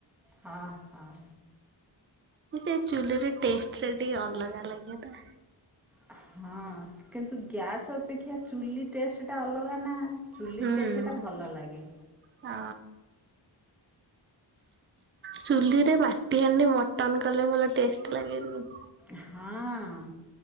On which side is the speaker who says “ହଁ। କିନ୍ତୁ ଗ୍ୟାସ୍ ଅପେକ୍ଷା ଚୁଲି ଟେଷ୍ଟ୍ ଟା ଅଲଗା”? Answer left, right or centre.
Centre